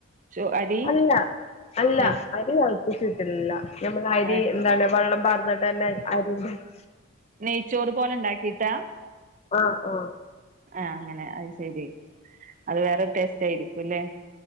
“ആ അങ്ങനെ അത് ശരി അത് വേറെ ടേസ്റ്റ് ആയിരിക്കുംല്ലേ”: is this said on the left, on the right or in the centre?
Right